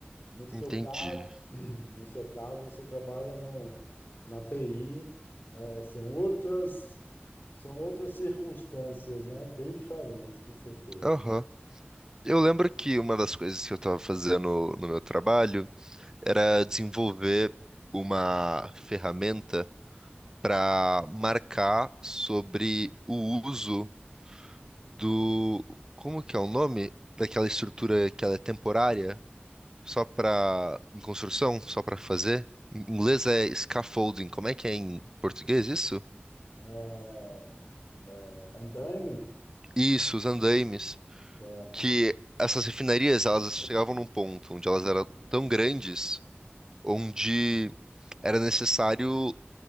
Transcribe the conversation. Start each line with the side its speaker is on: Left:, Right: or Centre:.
Left: No seu
Right: Entendi.
Left: caso, <clears throat> no seu caso, você trabalha no, na TI, eh, são outras são outras circunstâncias, né? Bem diferentes, com certeza.
Right: Aham. Eu lembro que uma das coisas que eu estava fazendo no meu trabalho era desenvolver uma ferramenta para marcar sobre o uso do. Como que é o nome? Daquela estrutura que ela é temporária, só para em construção, só para fazer. Em inglês é scaffolding. Como é que é em português isso?
Left: é, é, andaime,
Right: Isso, os andaimes.
Left: certo?
Right: Que essas refinarias, elas chegavam num ponto onde elas eram tão grandes, onde era necessário,